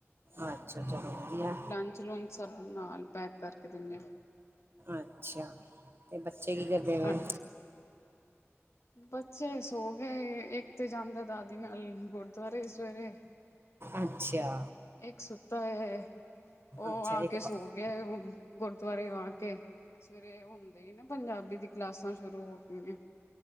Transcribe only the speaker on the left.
ਲੰਚ ਲੂੰਚ ਸਭ ਨਾਲ ਪੈਕ ਕਰਕੇ ਦੀਨੇ ਆ।
ਹਾਂਜੀ ਬੱਚੇ ਸੋ ਗੇ ਇੱਕ ਤੇ ਜਾਂਦਾ ਦਾਦੀ ਨਾਲ ਗੁਰਦੁਆਰੇ ਸਵੇਰੇ।
ਇੱਕ ਸੁੱਤਾ ਐ ਓ
ਆ
ਕੇ
ਸੋ ਗਿਆ ਹੁਣ ਗੁਰਦੁਆਰਿਓ ਆ ਕੇ ਸਵੇਰੇ ਹੁੰਦੇ ਈ ਨਾ ਪੰਜਾਬੀ ਦੀ ਕਲਾਸਾਂ ਸ਼ੁਰੂ ਹੋ ਗਈਆਂ।